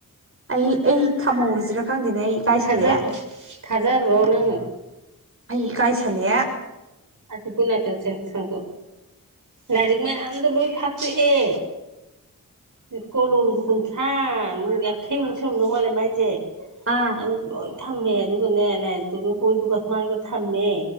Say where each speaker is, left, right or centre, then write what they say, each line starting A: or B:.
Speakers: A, on the right; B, on the right.
A: ꯑꯩ ꯑꯩ ꯊꯝꯍꯧꯔꯁꯤꯔ ꯈꯪꯗꯦꯗ ꯑꯩ ꯏꯀꯥꯏꯁꯜꯂꯛꯑꯦ
B: ꯊꯥꯖꯕ ꯊꯥꯖꯕ꯭ꯔꯣ ꯅꯪ
A: ꯑꯩ ꯏꯀꯥꯏꯁꯜꯂꯛꯑꯦ
B: ꯑꯗꯨ ꯒꯨꯠꯅꯥꯏꯠꯇꫭ ꯁꯪꯇꫭꯛꯑꯣ ꯂꯥꯏꯔꯤꯛ ꯃꯌꯥꯝꯗꯣ ꯂꯣꯏ ꯐꯥꯛꯇꯣꯛꯑꯦ ꯀꯣꯂꯣꯖꯦ ꯀꯨꯟꯊ꯭ꯔꯥ ꯃꯨꯛ ꯌꯥꯡꯈꯩꯃꯨꯛ ꯁꯨꯔꯝꯗꯧ ꯃꯥꯂꯦ ꯃꯥꯏꯁꯦ
A: ꯑꯥ
B: ꯑꯗꯨ ꯂꯣꯏ ꯊꯝꯃꯦ ꯑꯗꯨꯒꯅꯦ ꯂꯥꯏꯔꯤꯛꯇꯨꯒ ꯕꯣꯏꯗꯨꯒ ꯃꯥꯡꯗ ꯊꯝꯃꯦ